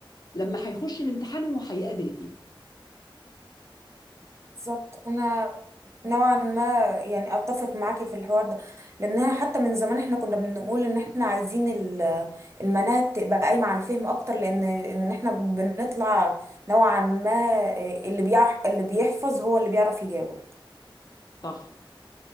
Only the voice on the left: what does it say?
لما هيخش الامتحان هو هيقابل ايه
صح